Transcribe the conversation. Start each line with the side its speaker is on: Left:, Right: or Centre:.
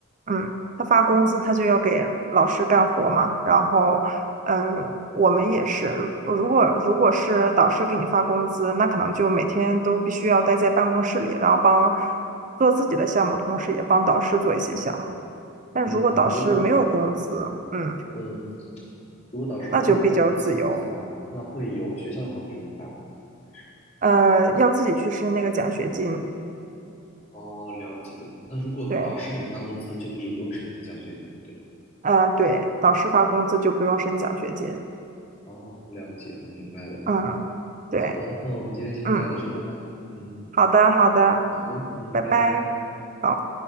Right: 嗯，他发工资，他就要给老师干活嘛。然后，嗯，我们也是，如如果如果是导师给你发工资，那可能就每天都必须要待在办公室里，然后帮做自己的项目，同时也帮导师做一些项目。但如果导师没有工资，
Left: 嗯，如果
Right: 嗯，
Left: 嗯如果导师不发工资的情况下，
Right: 那就比较自由。
Left: 那会有学校方给你们发工资吗？还是？
Right: 呃，要自己去申那个奖学金。
Left: 哦，了解。那如果导师给发工资，
Right: 对，
Left: 就可以不用申请奖学金了，对吧？
Right: 呃，对，导师发工资就不用申奖学金。
Left: 哦，了解，我明白了。
Right: 嗯，对，
Left: 好的，那我们今天就先聊到这里吧。
Right: 嗯，
Left: 嗯，
Right: 好的，好的，
Left: 好的，嗯，
Right: 拜拜。
Left: 拜拜。
Right: 好。